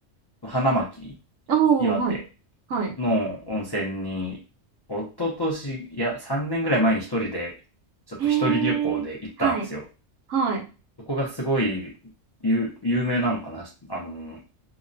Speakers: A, on the left; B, on the right.
A: 花巻、
B: おー、
A: 岩手
B: はい、はい。
A: の温泉に、一昨年、いや、3年ぐらい前に一人で、ちょっと一人旅行で行ったんですよ。
B: へー、はい、はい。
A: そこがすごい有有名なのかな、あの、